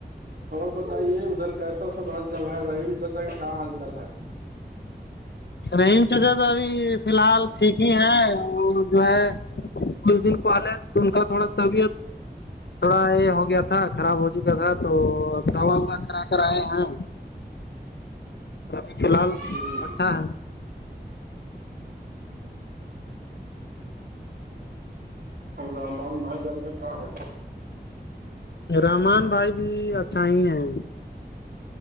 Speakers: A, on the right (about 60°); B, on the left (about 75°).
A: اور بتائیے ادھر کیسا سب حال چل ہے رحیم چاچا کا کیا حال چال ہے
B: رحیم تزاد ابھی فی الحال ٹھیک ہی ہے اور جو ہے کچھ دن پہلے ان کا تھوڑا طبیعت تھوڑا یہ ہو گیا تھا خراب ہو چکا تھا تو دوا وا کرا کر آئے ہیں تو ابھی فی الحال
A: جی جی
B: اچھا ہے
A: اور رحمان بھائی جان کے کہاں ہے د
B: رحمان بھائی بھی اچھا ہی ہے